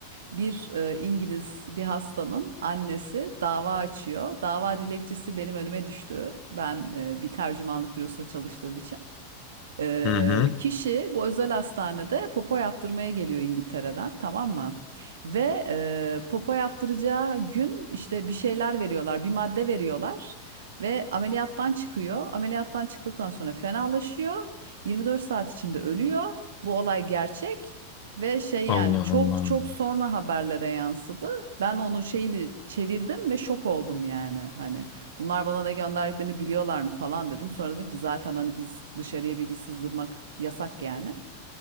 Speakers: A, on the right; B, on the left.
A: Bir ee, İngiliz bir hastanın annesi dava açıyor. Dava dilekçesi benim önüme düştü. Ben ee, bir tercümanlık bürosunda çalıştığım için. Ee,
B: hı, hı.
A: kişi bu özel hastanede popo yaptırmaya geliyor İngiltere'den, tamam mı? Ve e, popo yaptıracağı gün işte bir şeyler veriyorlar, bir madde veriyorlar ve ameliyattan çıkıyor. Ameliyattan çıktıktan sonra fenalaşıyor. 24 saat içinde ölüyor. Bu olay gerçek ve şey
B: Allah
A: yani çok
B: Allah.
A: çok sonra haberlere yansıdı. Ben onun şeyini çevirdim ve şok oldum yani hani. Bunlar bana ne gönderdiklerini biliyorlar mı falan dedim. Sonra dedim ki zaten hani biz dışarıya bilgi sızdırmak yasak yani.